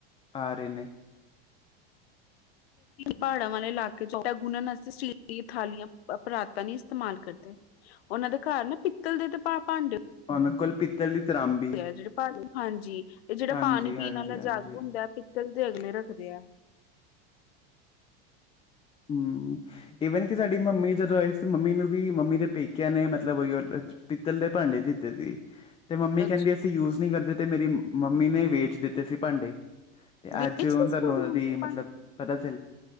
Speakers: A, on the left; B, on the left.
A: ਆ ਰਹੇ ਨੇ
B: ਪਹਾੜਾਂ ਵਾਲੇ ਇਲਾਕੇ ਚ ਆਟਾ ਗੁੰਨ੍ਹ ਆਸਤੇ ਸਟੀਲ ਦੀ ਥਾਲੀਆਂ ਪਰਾਤਾਂ ਨੀ ਇਸਤੇਮਾਲ ਕਰਦੇ ਉਹਨਾਂ ਦੇ ਘਰ ਨਾ ਪਿੱਤਲ ਦੇ ਤੇ ਭਾਂਡੇ
A: ਉਨਾਂ ਕੋਲ ਪਿਤ <unintelligible> ਪਿੱਤਲ ਦੀ ਤਰਾਮਬੀ
B: ਪਿਆ ਜੀ ਹਾਂਜੀ ਇਹ ਜੇਹੜਾ
A: ਹਾਂਜੀ
B: ਪਾਣੀ ਪੀਣ
A: ਹਾਂਜੀ
B: ਵਾਲਾ
A: ਹਾਂਜੀ
B: ਜੱਗ ਹੁੰਦਾ ਪਿੱਤਲ ਦੇ ਅਗਲੇ ਰੱਖਦੇ ਆ
A: ਹੂੰ ਈਵਨ ਕਿ ਸਾਡੀ ਮੰਮੀ ਜਦੋਂ ਆਈ ਸੀ ਮੰਮੀ ਨੂੰ ਵੀ ਮੰਮੀ ਦੇ ਪੇਕਿਆਂ ਨੇ ਮਤਲਬ ਉਹੀਓ ਪਿੱਤਲ ਦੇ ਭਾਂਡੇ ਦਿੱਤੇ ਸੀ ਤੇ ਮੰਮੀ
B: ਅੱਛਾ
A: ਕਹਿੰਦੀ ਅਸੀਂ ਯੂਜ ਨਹੀਂ ਕਰਦੇ ਤੇ ਮੇਰੀ ਮੰਮੀ ਨੇ ਵੇਚ ਦਿੱਤੇ ਸੀ ਭਾਂਡੇ ਤੇ
B: ਵੇਚਦੇ
A: ਅੱਜ ਉਹ ਤੁਹਾਨੂੰ
B: ਸੀ ਤੁਹਾਡੀ
A: ਉਹਨਾਂ
B: ਮੰਮੀ
A: ਦੀ ਮਤਲਬ
B: ਭਾਂਡੇ
A: ਪਤਾ ਚੱਲ